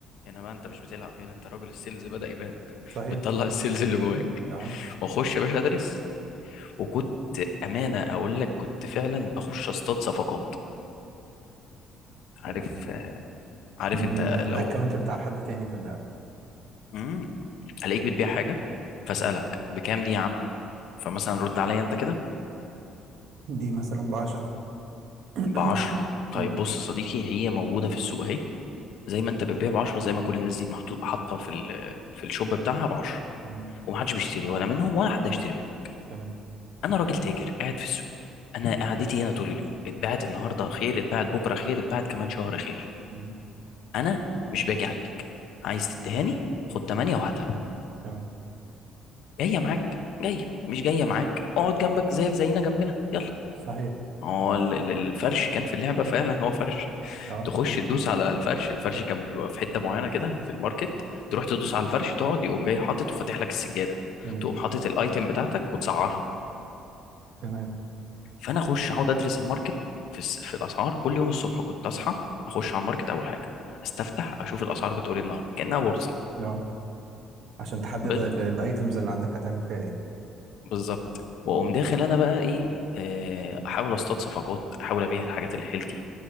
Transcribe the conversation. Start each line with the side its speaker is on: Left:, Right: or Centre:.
Left: هنا بقى أنت مش بتلعب هنا أنت راجل السيلز بدأ يبان
Right: صحيح
Left: بتطلع السيلز اللي جواك
Right: اه
Left: واخش يا باشا ادرس وكنت امانه اقول لك كنت فعلا بخش اصطاد صفقات عارف
Right: طب والله
Left: عارف
Right: من
Left: انت
Right: من من
Left: لو
Right: اكونت بتاع حد تاني في اللعبة
Left: امم الاقيك بتبيع حاجه فاسالك
Right: مم.
Left: بكام دي يا عم فمثلا رد عليا انت كده
Right: دي مثلا ب 10 <coughs>
Left: ب 10 طيب
Right: مم.
Left: بص يا صديقي هي موجوده في السوق اهي زي ما انت بتبيع ب 10 زي ما كل الناس دي محطوط حاطه في ال- في الشوب بتاعها ب 10
Right: مم.
Left: ومحدش بيشتري ولا منهم ولا حد هيشتري منها
Right: تمام
Left: انا راجل تاجر قاعد في السوق انا قعدتي هنا طول اليوم اتباعت النهارده خير اتباعت بكره خير اتباعت كمان شهر خير
Right: مم.
Left: انا مش باجي عليك عايز تتهاني خد 8 وهاتها
Right: تمام
Left: جايه معاك جايه مش جايه معاك اقعد جنبك زيك زينا جنبنا يلا
Right: صحيح
Left: ما هو ال- ال- الفرش كان في اللعبه فعلا هو فرش
Right: اه
Left: تخش تدوس على الفرش الفرش كان بيبقى في حته معينه كده في الماركت تروح تدوس على الفرش تقعد يقوم جاي حاطط وفاتح لك السجاده
Right: مم.
Left: تقوم حاطط الايتم بتاعتك وتسعرها
Right: تمام
Left: فانا اخش اقعد ادرس الماركت في الس- في الاسعار كل يوم الصبح كنت اصحى اخش على الماركت اول حاجه استفتح اشوف الاسعار بتقول ايه النهارده كانها بورصه
Right: لا عشان تحدد
Left: ب-
Right: ال- الايتمز اللي عندك هتعمل فيها ايه
Left: بالظبط
Right: مم.
Left: واقوم داخل انا بقى ايه آه، احاول اصطاد صفقات احاول ابيع الحاجات اللي حيلتي